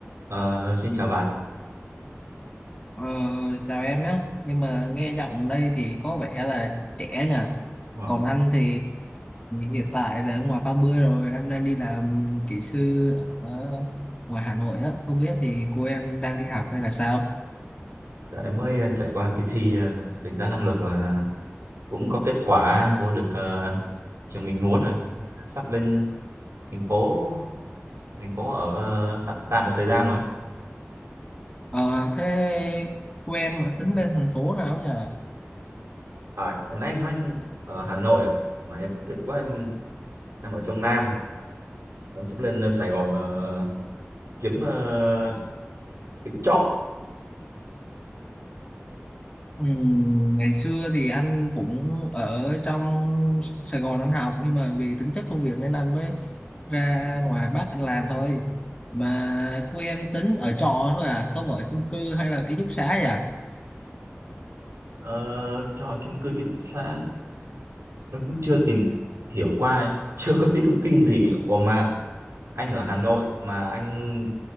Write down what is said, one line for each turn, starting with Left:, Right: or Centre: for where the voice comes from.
Right: Ờ, xin chào bạn.
Left: Ờ, chào em nhé nhưng mà nghe giọng đây thì có vẻ là trẻ nhỉ
Right: Ờ,
Left: còn anh thì hiện tại đã ngoài 30 rồi anh đang đi làm kỹ sư ở ngoài Hà Nội á không biết thì cô em đang đi học hay là sao
Right: Dạ, em mới ờ, trải qua kỳ thi ờ, đánh giá năng lực ờ, cũng có kết quả vô được ờ, trường mình muốn rồi. Sắp lên thành phố thành phố ở ờ, tạm tạm một thời gian rồi.
Left: Ờ, thế cô em ở tính lên thành phố nào nhỉ
Right: À, hồi nãy anh nói anh ở Hà Nội à? Mà em tiếc quá em em ở trong Nam. Em sắp lên ờ, Sài Gòn ờ, kiếm ờ, kiếm trọ
Left: Ừm, ngày xưa thì anh cũng ở trong Sài Gòn anh học nhưng mà vì tính chất công việc nên anh mới ra ngoài Bắc anh làm thôi mà của em tính ở trọ thôi à không ở chung cư hay là ký túc xá vậy à
Right: Ờ, trọ chung cư ký túc xá. Em cũng chưa tìm hiểu qua em chưa có tí thông tin gì. Ủa mà anh ở Hà Nội mà anh